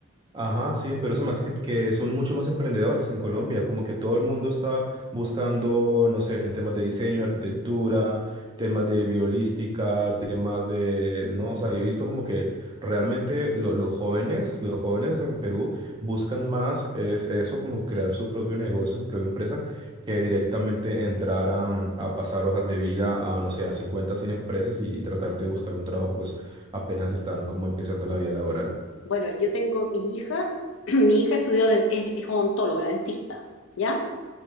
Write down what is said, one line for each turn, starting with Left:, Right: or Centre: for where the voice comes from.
Right: Ajá, sí, en Perú se me hace que, que son mucho más emprendedores en Colombia, como que todo el mundo está buscando, no sé, en temas de diseño, arquitectura, temas de biolística, temas de, no, o sea, yo he visto como que realmente lo- los jóvenes, los jóvenes en Perú buscan más es eso, como crear su propio negocio, su propia empresa, que directamente entrar a, mm, a pasar hojas de vida a, no sé, a 50 100 empresas y, y tratar de buscar un trabajo, pues apenas están como empezando la vida laboral.
Left: Bueno, yo tengo mi hija, <clears throat> mi hija estudió, de- es, es odontóloga, dentista, ¿ya?